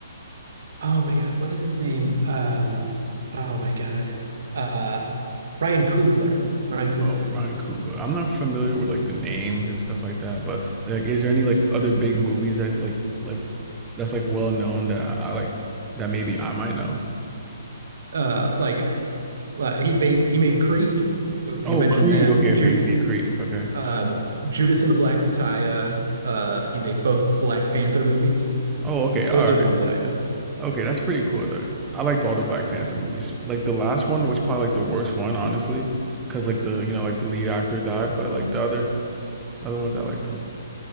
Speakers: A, on the right (about 65°); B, on the right (about 15°).
A: Oh my God, what is his name? Um, oh my God, uh, Ryan Coogler. Ryan Coogler.
B: Oh, Ryan Coogler. I'm not familiar with like the names and stuff like that, but like, is there any like other big movies that like like that's like well known that I like that maybe I might know?
A: Uh, like uh, he made he made Creed. You
B: Oh,
A: mentioned
B: Creed.
A: that.
B: Okay,
A: Ju
B: okay, he made Creed. Okay.
A: Um, Judas and the Black Messiah. Uh, he made both Black Panther movies.
B: Oh, okay, all
A: Those are
B: right.
A: the ones that I know.
B: Okay, that's pretty cool though. I liked all the Black Panther movies. Like the last one was probably like the worst one, honestly, because like the you know like the lead actor died, but like the other Other ones I like them.